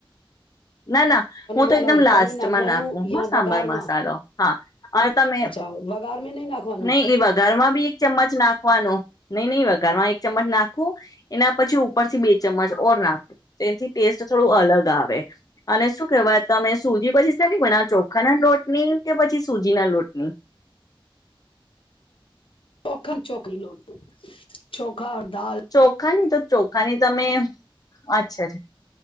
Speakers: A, on the left; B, on the left.
A: ના ના, હું તો
B: વાલા
A: એકદમ
B: ઉપર
A: લાસ્ટમાં
B: નહી નાખવાનું
A: નાખું હ
B: યા
A: સાંબર
B: વઘારમાં
A: મસાલો હા તમે
B: અચ્છા વઘાર મે નહી નાખવાનું
A: નહી એ વઘારમાં બી એક ચમ્મચ નાખવાનો નહી નહી વ વઘારમાં એક ચમચ નાખવું. એના પછી ઉપર થી બે ચમચ ઓર નાખું એથી ટેસ્ટ થોડું અલગ આવે. અને શું કેવાય તમે સુકી ભાજી શેની બનાવો, ચોખાના લોટ <inaudible> <unintelligible> કે પછી સુજી ના લોટની.
B: ઓખાની ચોકરી લોડ ચોખા દાલ
A: ચોખાની તો ચોખાની તમે, અચ્છા અચ્છા